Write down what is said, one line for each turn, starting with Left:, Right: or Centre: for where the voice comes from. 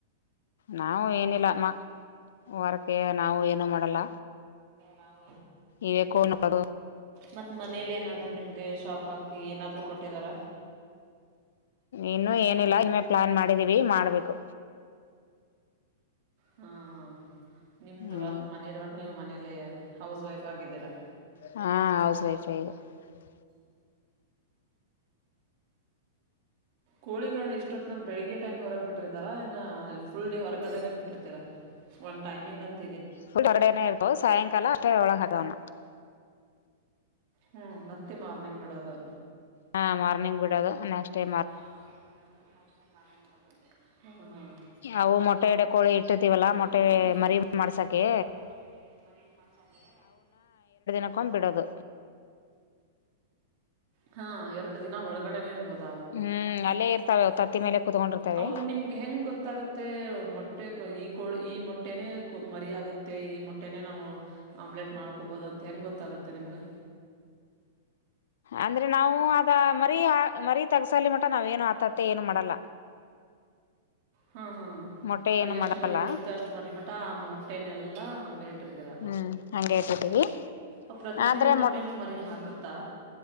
Left: ನಾವು ಏನಿಲ್ಲಮ್ಮ ವಾರಕ್ಕೆ ನಾವು ಏನು ಮಾಡಲ್ಲ
Right: ನಾವು
Left: ಇವೆಕ್ಕೋವನ್ನು ಪದ
Right: ಮತ್ತ್ ಮನೇಲಿ ಏನಾದ್ರು ನಿಮ್ಗೆ ಶಾಪ್ ಹಾಕಿ ಏನಾದ್ರು ಕೊಟ್ಟಿದಾರ
Left: ಇನ್ನು ಏನಿಲ್ಲ ನಿಮ್ಮೆ ಪ್ಲಾನ್ ಮಾಡಿದೀವಿ ಮಾಡ್ಬೇಕು
Right: ಹಾ ಹಾ ನಿಮ್ದು
Left: ಹ್ಮ್
Right: ಮನರ್ ಬಟ್ಟ ನೀವು ಮನ <unintelligible> ಅಲ್ಲಿ ಹೌಸ್ ವೈಫ್ ಆಗಿದ್ದೀರಾ
Left: ಹಾ ಹೌಸ್ ವೈಫ್ ಐದು <unintelligible>
Right: ಕೋಳಿಗಳನ್ನ ಇಷ್ಟೊತ್ ನನ್ ಬೆಳಗ್ಗೆ ಟೈಮ್ ಹೊರಗ್ ಬಿಟ್ಟಿರ್ತಾರ ಇನ್ನು ಫುಲ್ ಡೇ ಹೊರಗಡೆನೆ ಬಿಟ್ಟಿರ್ತೀರಾ ಒಂದು ಟೈಮಿಂಗ್ ಅಂತ
Left: ಫುಲ್ ಹೊರ್ಡನ ಇರ್ತ ಸಾಯಂಕಾಲ ಅತ್ತ ಅವಳ ಹಗಣ <unintelligible>
Right: ಹ್ಮ್ ಮತ್ತೆ ಮಾರ್ನಿಂಗ್ ಬಿಡೋದು
Left: ಹಾ ಮಾರ್ನಿಂಗ್ ಬಿಡೋದು ನೆಕ್ಸ್ಟ್ ಟೈ
Right: ಹಾ ಮಾರ್ನಿಂಗ್ ಬಿಡೋದು ನೆಕ್ಸ್ಟ್ ಟೈಮ್ ಮಾರ್ನಿಂಗ್ ಬಿಡೋದು
Left: ಅವು ಮೊಟ್ಟೆ ಇಡ ಕೋಳಿ ಇಟ್ಟಿರ್ತೀವಲ್ಲ
Right: ನಾವು ಮೊಟ್ಟೆ
Left: ಮರಿ
Right: ಕೋಳ
Left: ಮಾಡ್ಸಕೆ
Right: ಇಟ್ಟಿದ್ದೀವಲ್ಲ ಮೊಟ್ಟೆ ಮರಿನ್ ಮಾಡ್ತಾಗೆ
Left: ಕ ಬಿಡದು
Right: ಹಾ ಎರಡು ದಿನ ಒಳಗಡೆನೆ ಇರ್ಬೋದು
Left: ಹ್ಮ್ ಅಲ್ಲೇ ಇರ್ತಾವೆ ತತ್ತಿ ಮೇಲೆ ಕುೂತ್ಕೊಂಡಿರ್ತವೆ
Right: ಅವು ನಿಮ್ಗೆ ಹೆಂಗ್ ಗೊತ್ತಾಗುತ್ತೆ ಮೊಟ್ಟ <unintelligible> ಕೊ ಈ ಮೊಟ್ಟೆನೇ ಮರಿ ಆಗುತ್ತೆ ಈ ಮೊಟ್ಟೆನೇ ನಾವು ಆಮ್ಲೆಟ್ ಮಾಡ್ಕೋಬಹುದು ಅಂತ ಹೆಂಗಗೆ ಗೊತ್ತಾಗುತ್ತೆ <unintelligible> ನಿಮಗೆ
Left: ಅಂದ್ರೆ ನಾವು ಅದ ಮರಿೀ ಆ ಮರಿೀ ತಗಸಲಿ ಮಟ ನಾವ್ ಏನು ಆತತ್ತ ಏನು ಮಾಡಲ್ಲ
Right: ಹ್ಮ್ ಹ್ಮ್
Left: ಮೊಟ್ಟೆ
Right: ಅವು
Left: ಏನು
Right: ಎಷ್ಟು
Left: ಮಾಡಲ್ಲ
Right: ಮರಿ ಬರುತ್ತೆ ಅಷ್ಟು ಮರಿ ಮಟ ಆ ಮೊಟ್ಟೆನೆಲ್ಲ ಹಗೆ ಇಟ್ಟಿರ್ತೀರ
Left: ಹ್ಮ್ <unintelligible>
Right: ಆ ಪ್ರತಿಯೊಂದ
Left: ಆದ್ರೆ
Right: ಮೊಟ್ಟೆನು
Left: ಮೊಟ್
Right: ಮರಿನ್ ಹಾಕುತ್ತಾ